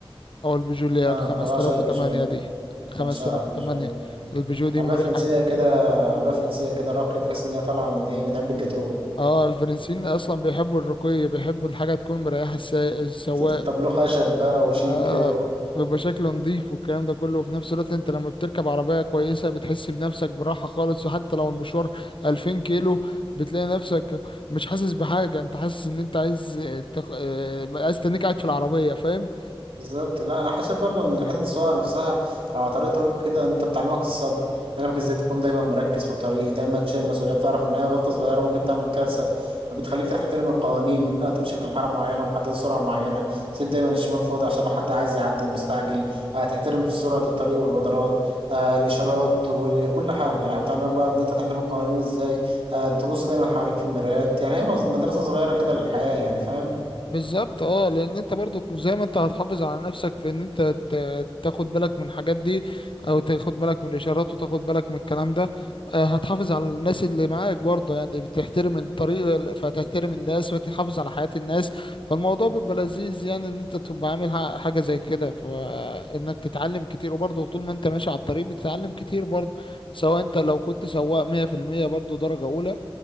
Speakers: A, on the left (about 60°); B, on the right (about 80°).
A: او البيجو اللي هي
B: اه
A: ب 5008
B: أنا بعشق البيجو
A: دي 5008
B: بعشقها البيجو
A: البيجو دي
B: عربية
A: مريحه
B: فرنسية كده عربية فرنسية كده راقية تحس إن هي طالعة من إيه من علبة جاتوه
A: اه الفرنسيين اصلا بيحبوا الرقي بيحبوا الحاجه تكون مريحه السا- السواق
B: <laughs> طب له خشب بقى وشيك
A: اه
B: كده و...
A: بيبقى شكله نضيف والكلام ده كله وفي نفس الوقت انت لما بتركب عربية كويسة بتحس بنفسك براحة خالص وحتى لو المشوار 2000 كيلو بتلاقي نفسك مش حاسس بحاجة انت حاسس ان انت عايز تق... آه، عايز تنك قاعد في العربية فاهم
B: بالظبط لا انا حاسب برضه ان حته السواقه نفسها لو على طريق طويل كده انت بتعلمك الصبر بتعلمك ازاي تكون دايما مركز في الطريق دايما شايل مسؤوليه بتعرف ان اي غلطه صغيره ممكن تعمل كارثه بتخليك تحترم القوانين آه، تمشي في الحاره معينه ومحدد سرعه معينه تسيب دايما الشمال فاضي عشان لو حد عايز يعدي ومستعجل آه، تحترم سرعه الطريق والرادارات آه، الاشارات وكل حاجه يعني بتعلمك بقى ان انت تحترم القوانين ازاي آه، تبص دايما حواليك في المرايات يعني هي مز- مدرسه صغيره كده للحياه يعني فاهم
A: بالظبط اه لان انت برضو زي ما انت هتحافظ على نفسك في ان انت ت- تاخد بالك من الحاجات دي او تاخد بالك من الاشارات وتاخد بالك من الكلام ده آه، هتحافظ على الناس اللي معاك برضه يعني بتحترم الطريق فتحترم الناس فتحافظ على حياة الناس فالموضوع بيبقى لذيذ يعني ان انت تبقى عامل ح- حاجة زي كده فانك تتعلم كتير وبرضه طول ما انت ماشي على الطريق بتتعلم كتير برضه سواء انت لو كنت سواق 100% برضه درجة اولى